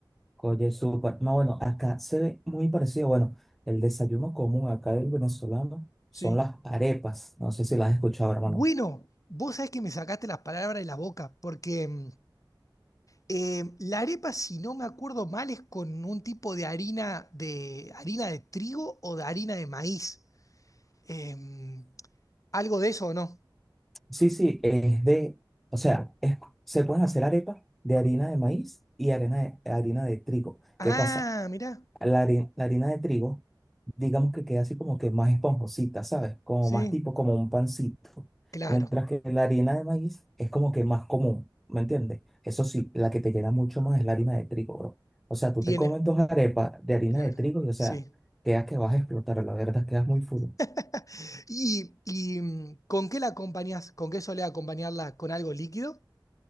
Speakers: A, in the centre; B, on the left.
A: Oye, súper. No, bueno, acá se ve muy parecido. Bueno, el desayuno común acá del venezolano
B: Sí.
A: son las arepas. No sé si las has escuchado, hermano.
B: Bueno, vos sabés que me sacaste las palabras de la boca, porque mm, eh, la arepa, si no me acuerdo mal, es con un tipo de harina de harina de trigo o de harina de maíz. Em, ¿algo de eso o no?
A: Sí, sí, es de, o sea, es- se pueden hacer arepas de harina de maíz y harina de, harina de trigo.
B: Ah,
A: ¿Qué pasa?
B: mirá,
A: La, hari- la harina de trigo, digamos que queda así como que más esponjosita, ¿sabes? Como
B: sí,
A: más tipo como un pancito.
B: claro,
A: Mientras que la harina de maíz es como que más común, ¿me entiendes? Eso sí, la que te llena mucho más es la harina de trigo, bro. O sea, tú
B: tiene,
A: te comes dos arepas de harina
B: claro,
A: de trigo y, o
B: sí.
A: sea, quedas que vas a explotar, la verdad, quedas muy full.
B: <laughs> ¿Y, y, mm, con qué la acompañás? ¿Con qué solés acompañarla? ¿Con algo líquido?